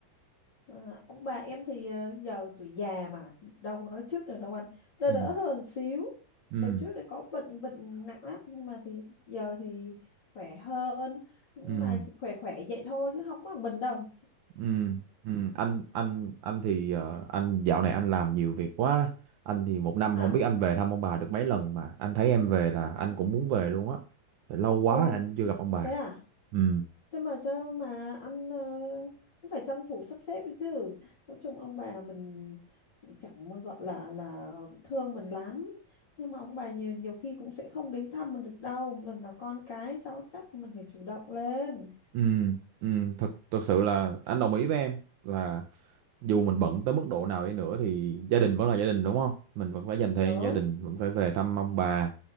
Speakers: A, on the left; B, on the right.
A: à, ông bà em thì ờ, giờ tuổi già mà, đâu có nói trước được đâu anh. Đỡ
B: ừ
A: đỡ hơn xíu.
B: ừ
A: Đợt trước thì có bệnh bệnh nặng lắm, nhưng mà thì giờ thì khỏe hơn, nhưng
B: ừ
A: mà chỉ khỏe khỏe vậy thôi chứ không bằng mình đâu.
B: ừ ừ. anh anh anh thì ờ, anh dạo này anh làm nhiều việc quá anh thì một năm
A: <laughs>
B: không
A: à,
B: biết anh về thăm ông bà được mấy lần mà anh thấy em về là anh cũng muốn về luôn á lâu quá
A: ô
B: anh chưa gặp ông bà
A: thế à?
B: ừ
A: Thế mà sao mà ăn ờ, cũng phải tranh thủ sắp xếp đấy chứ. Nói chung ông bà mình chẳng mà gọi là là thương mình lắm. Nhưng mà ông bà nhiều nhiều khi cũng sẽ không đến thăm mình được đâu. Mình là con cái cháu chắc mình phải chủ động lên.
B: Ừ, ừ, thật thật sự là anh đồng ý với em là dù mình bận tới mức độ nào đi nữa thì gia đình vẫn là gia đình đúng không? Mình vẫn phải dành thời
A: Đúng.
B: gian gia đình, vẫn phải về thăm ông bà.